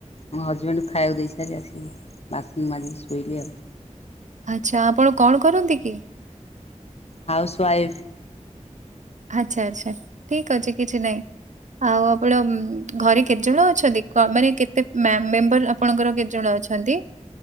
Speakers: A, on the left (about 55°); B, on the right (about 70°).
A: ମୋ ହଜବେଣ୍ଡକୁ ଖାଇବାକୁ ଦେଇସାରି ଆସିକି ବାସନ୍ ମାଜିକି ଶୋଇଲି ଆଉ।
B: ଆଚ୍ଛା ଆପଣ କଣ କରନ୍ତି କି?
A: Housewife.
B: ଆଚ୍ଛା ଆଚ୍ଛା ଠିକ ଅଛି କିଛି ନାହିଁ। ଆଉ ଆପଣ ଘରେ କେତେଜଣ ଅଛନ୍ତି କ ମାନେ କେତେ ମାମ୍ ମେମ୍ବର ଆପ୍ ଆପଣଙ୍କର କେତେ ଜଣ ଅଛନ୍ତି?